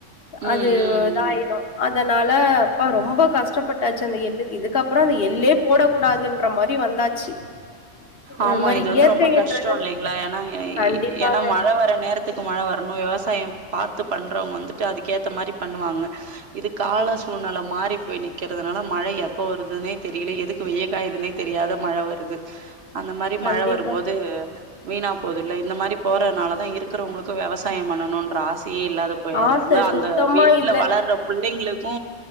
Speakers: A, on the right; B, on the left.
A: ம்
B: அது
A: ம்
B: இதாயிடு
A: ம்
B: அதனால அப்பா ரொம்ப கஷ்டப்பட் டாச்சு அந்த எள்ளுக்கு இதுக்கப்றோ அந்த எள்ளே போடக் கூடாதுன்ற மாறி வந்தாச்சு
A: ஆமா
B: அது மாரி
A: இது வந்து
B: இயற்கைன்றது
A: ரொம்ப கஷ்ட இல்லைங்ளா ஏனா
B: கண்டிப்பாங்க
A: ஏனா மழை வர நேரத் துக்கு மழ வரணு வெவசாயோ பாத்து பண்றவங்க வந்துட்டு அதுக்கேத்த மாறி பண்ணுவாங்க இது கால
B: ம்
A: சூழ்நில மாறி போய் நிக் க்கிறதுனால மழை எப்ப வருதுனே தெரில எதுக்கு வெய்யகாதுன்னே தெரியாத மழ வருது அந்த மாறி
B: கண்டிப்பா
A: மழ வரும்போது வீணா போதுல்ல இந்த மாறி போறதுனால தா இருக்கிறவங்களுக்கு வெவசாயோ பண்ணணு ன்ற ஆசயே இல்லாத போயிறுறாங்க
B: ஆச
A: அந்த
B: சுத்தமா
A: வீட்ல
B: இல்ல
A: வளர்ற புள்ளைங்களுக்கு